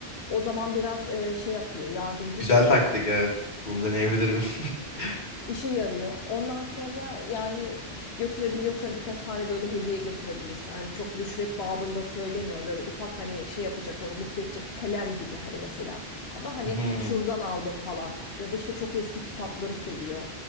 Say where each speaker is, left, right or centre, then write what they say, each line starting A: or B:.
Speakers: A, on the left; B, on the left.
A: O zaman biraz e, şey yapıyor, yardımcı
B: Güzel
A: da oluyor.
B: taktik evet. Bunu deneyebilirim. <laughs>
A: İşe yarıyor. Ondan sonra yani götürebiliyorsan birkaç tane böyle hediye götürebilirsin. Hani çok rüşvet babında söylemiyorum. Böyle ufak hani şey yapacak onu mutlu edecek kalem gibi hani mesela. Ama hani
B: Mhm.
A: şuradan aldım falan. Ya da işte çok eski kitapları seviyor.